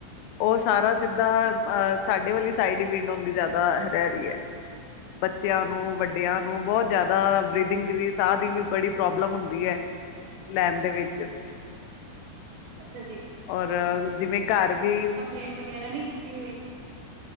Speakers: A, on the left; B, on the right.
A: ਉਹ ਸਾਰਾ ਸਿੱਧਾ ਸਾਡੇ ਵਾਲੀ ਸਾਈਡ ਹੀ, ਵਿੰਡ ਹੁੰ ਦੀ ਜ਼ਿਆਦਾ ਰਹਿ ਰਹੀ ਹੈ। ਬੱਚਿਆਂ ਨੂੰ, ਵੱਡਿਆਂ ਨੂੰ, ਬਹੁਤ ਜ਼ਿਆਦਾ ਬਰੀਦਿੰਗ ਦੀ ਵੀ ਸਾਹ ਦੀ ਵੀ, ਬੜੀ ਪ੍ਰੋਬਲਮ ਹੁੰਦੀ ਹੈ ਲੈਣ ਦੇ ਵਿੱਚ
B: ਅੱਛਾ ਜੀ।
A: ਔਰ, ਜਿਵੇਂ ਘਰ ਵੀ
B: ਕੰਪਲੇਟ ਵਗੈਰਾ, ਨੀ ਕੀਤੀ ਹੋਈ?